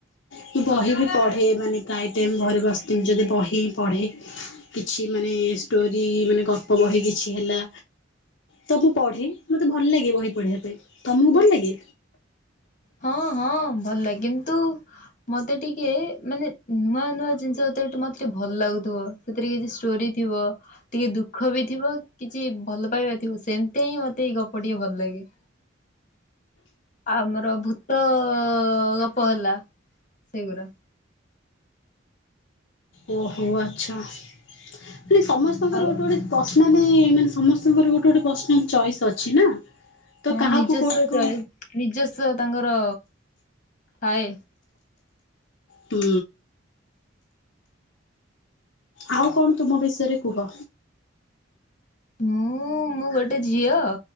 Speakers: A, on the left; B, on the left.
A: ମୁଁ ବହି ବି ପଢ଼େ ମାନେ ପ୍ରାୟ ଟାଇମ୍ ଘରେ ବସିଥିମି ଯଦି ବହି ପଢ଼େ। କିଛି ମାନେ ଷ୍ଟୋରି ମାନେ ଗପ ବହି କିଛି ହେଲା। ତ ମୁଁ ପଢେ ମତେ ଭଲ ଲାଗେ ବହି ପଢିବା ପାଇଁ। ତମକୁ ଭଲ ଲାଗେ?
B: ହଁ ହଁ ଭଲ ଲାଗେ କିନ୍ତୁ ମତେ ଟିକେ ମାନେ ନୂଆ ନୂଆ ଜିନିଷ ଯେତଟେ ମତେ ଟିକେ ଭଲ ଲାଗୁଥିବ। ସେଥିରେ କିଛି ଷ୍ଟୋରି ଥିବ। ଟିକେ ଦୁଃଖ ବି ଥିବ କିଛି ଭଲ ପାଇବା ଥିବ ସେମିତିଆ ହିଁ ମତେ ଏଇ ଗପ ଟିକେ ଭଲ ଲାଗେ। ଆମର ଭୂତ ଗପ ହେଲା ସେଇଗୁରା।
A: ଓହୋ ଆଚ୍ଛା ମାନେ ସମସ୍ତଙ୍କର
B: ଆଉ
A: ଗୋଟେ ଗୋଟେ ପର୍ସନାଲି ମାନେ ସମସ୍ତଙ୍କର ଗୋଟେ ଗୋଟେ ପର୍ସନାଲ ଚଏସ୍ ଅଛି ନା। ତ
B: ହଁ
A: କାହାକୁ
B: ନିଜସ୍ୱ
A: କୋଉଟା କଣ
B: ଚଏସ୍ ନିଜସ୍ଵ ତାଙ୍କର ଥାଏ।
A: ହୁଁ ଆଉ କଣ ତୁମ ବିଷୟରେ କୁହ?
B: ମୁଁ ମୁଁ ଗୋଟେ ଝିଅ